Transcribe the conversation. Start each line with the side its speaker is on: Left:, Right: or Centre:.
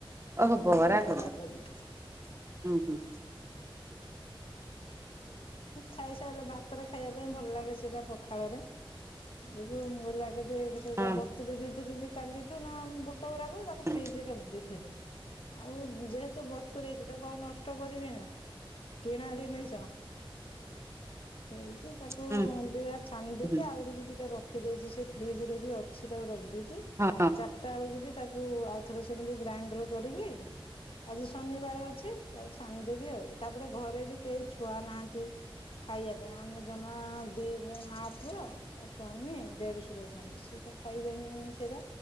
Right: ଓହୋ
Left: ବୁଟ ବରା
Right: କର
Left: କଲି।
Right: ହୁଁ ହୁଁ।
Left: ଖାଇସାରଲେ ଭାତରେ ଖାଇବା ପାଇଁ ଭଲ ଲାଗେ ସେଇଟା ପଖାଳରେ। <unintelligible> ସେଟା
Right: ହଁ
Left: ବତୁୁରୀଇ ଦେଇଥିଲି ବି କାଲିଠୁ ନା ବୁଟ ଗୁଡ଼ାକୁ ତାକୁ
Right: ହୁଁ
Left: ଫ୍ରିଜ ରେ ରଖୀ ଦେଇଥିଲି। ଆଉ ଯେହେତୁ ବତୁରେଇଚି ତାକୁ ଆଉ ନଷ୍ଟ କରିବି ନା। କିଣା ଜିନିଶ। ସେଇତୁ ତାକୁ
Right: ହୁଁ
Left: ଦୁଟା ଛାଣି ଦେଇଛି
Right: ହୁଁ
Left: ଆହୁରି ବି ଦିଟା ରଖ ଫ୍ରିଜରେ ବି ଅଛି ତାକୁ ରଖିଦେଇଚି
Right: ହଁ
Left: ଚାରିଟା ବେଳକୁ ବି ତାକୁ ପଥରେ ସେମିତି ଗ୍ରାଇଣ୍ଡର କରିକି ଆଜି ଶନିବାର ଅଛି ତାକୁ ଛାଣିଦେବି ଆଉ ତାପରେ ଘରେ ବି କେହି ଛୁଆ ନାହାନ୍ତି। ଖାଇବା ପାଇଁ ଆମେ ଜମା ଦି ଜଣ ମା ପୁଅ ସ୍ଵାମୀ ଦେଢଶର ଅଛନ୍ତି ସି ଖାଇବେନି ସେଇଟା